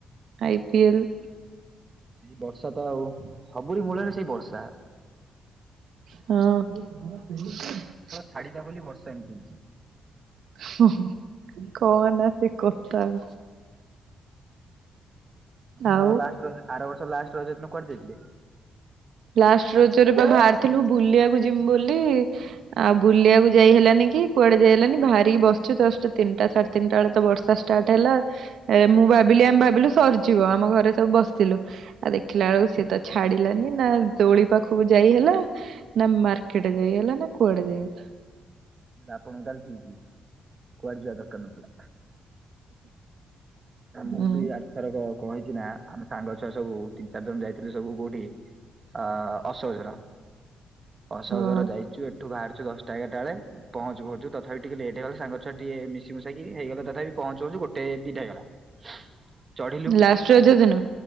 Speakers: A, on the right; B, on the right.
A: ଆଇପିଏଲ।
B: ସେଇ ବର୍ଷା ତ ଆଉ ସବୁରି ମୂଳରେ ସେଇ ବର୍ଷା।
A: ହଁ।
B: ଛାଡ଼ିଦା ବୋଲି ବର୍ଷା ଏମିତି ହଉଚି।
A: ହୁଁ, ହୁଁ କଅନା ସେ କଥା ଆଉ।
B: ଆପଣ
A: ଆଉ
B: ଲାଷ୍ଟ ରଜ ଆର ବର୍ଷ ଲାଷ୍ଟ ରଜ ଦିନ କୁଆଡ଼େ ଯାଇଥିଲେ?
A: ଲାଷ୍ଟ ରଜରେ ବା ବାହାରିଥିଲୁ ବୁଲିଆକୁ ଯିମୁ ବୋଲି ଆଉ ବୁଲିଆକୁ ଯାଇ ହେଲାନି କି କୁଆଡ଼େ ଯାଇ ହେଲାନି ବାହାରିକି ବସିଚୁ ଜଷ୍ଟ ତିନିଟା ସାଢେ ତିନିଟା ଏଳେ ତ ବର୍ଷା ଆ ଷ୍ଟାର୍ଟ ହେଲା ଏ ମୁଁ ଭାବିଲି ଆମେ ଭାବିଲୁ ସରିଯିବ ଆମ ଘରେ ସବୁ ବସିଥିଲୁ। ଆଉ ଦେଖିଲା ଆଳକୁ ସିଏ ତ ଛାଡି଼ଲାନି। ନା ଦୋଳି ପାଖକୁ ଯାଇ ହେଲା ନା ମାର୍କେଟ ଯାଇ ହେଲା ନା କୁଆଡ଼େ ଯାଇ ହେଲା।
B: ଆପଣଙ୍କୁ ତାହଲେ ଠିକି କୁଆଡ଼େ ଯିବା ଦରକାର ନଥିଲା। ଆମ
A: ହୁଁ
B: କୁ ବି ଆର ଥର କ ହେଇଚି ନା ଆମେ ସାଙ୍ଗ ଛୁଆ ସବୁ ତିନି ଚାରି ଜଣ ଯାଇଥିଲୁ ସବୁ କୋଉଠି ଅ ଅସୋହଝର, ଅସୋହଝର
A: ହଁ।
B: ଯାଇଚୁ ଏ ତୁ ବାହାରିଚୁ ଦଶଟା ଏଗାରଟା ବେଳେ ପହଞ୍ଚୁ ପହଞ୍ଚୁ ତଥାପି ଟିକେ ଲେଟ ହେଇଗଲା ସାଙ୍ଗଛୁଆ ଟିକେ ମିଶି ମୁସାକି ହେଇଗଲା ତଥାପି ପହଞ୍ଚୁ ପହଞ୍ଚୁ ଗୋଟେ ଦିଟା ହେଇଗଲା। <inaudible> ଚଢିଲୁ
A: ଲାଷ୍ଟ ରଜ ଦିନ।